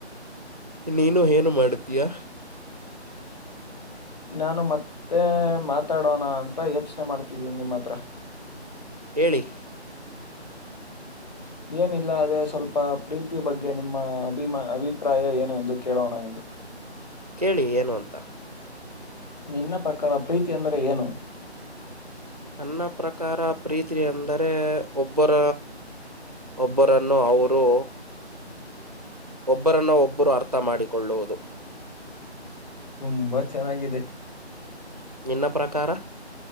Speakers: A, on the right; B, on the left.
A: ನೀನು ಏನು ಮಾಡ್ತೀಯಾ
B: ನಾನು ಮತ್ತೆ ಮಾತಾಡೋಣ ಅಂತ ಯೋಚನೆ ಮಾಡ್ತಿದ್ದೀನಿ ನಿಮ್ಮತ್ರ
A: ಹೇಳಿ
B: ಏನಿಲ್ಲ ಅದೇ ಸ್ವಲ್ಪ ಪ್ರೀತಿ ಬಗ್ಗೆ ನಿಮ್ಮ ಅಭಿಮ ಅಭಿಪ್ರಾಯ ಏನು ಎಂದು ಕೇಳೋಣ ಎಂದು
A: ಕೇಳಿ ಏನು ಅಂತ
B: ನಿನ್ನ ಪ್ರಕಾರ ಪ್ರೀತ ಅಂದರೆ ಏನು
A: ನನ್ನ ಪ್ರಕಾರ ಪ್ರೀತಿ ಅಂದರೆ ಒಬ್ಬರ ಒಬ್ಬರನ್ನು ಅವರು ಒಬ್ಬರನ್ನು ಒಬ್ಬರು ಅರ್ಥ ಮಾಡಾಡಿಕೊಳ್ಳುವುದು
B: ತುಂಬಾ ಚೆನ್ನಾಗಿದೆ
A: ನಿನ್ನ ಪ್ರಕಾರ